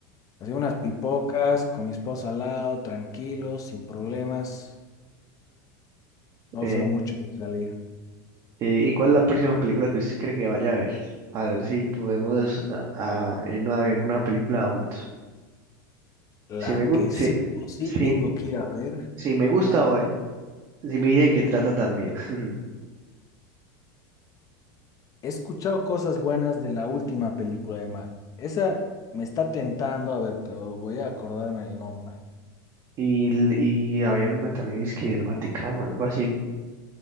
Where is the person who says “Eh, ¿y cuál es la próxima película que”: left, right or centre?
Right